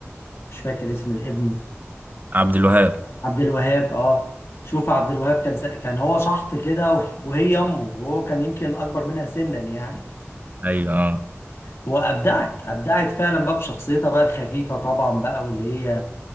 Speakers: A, on the left; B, on the right.
A: مش فاكر اسم الابن
B: عبد الوهاب
A: عبد الوهاب اه شوف عبد الوهاب كان س... كان هو شحط كده وهي امه وهو كان يمكن اكبر منها سنا يعني
B: ايوه اه
A: وابدعت ابدعت فعلا بقى بشخصيتها بقى الخفيفه طبعا بقى واللي هي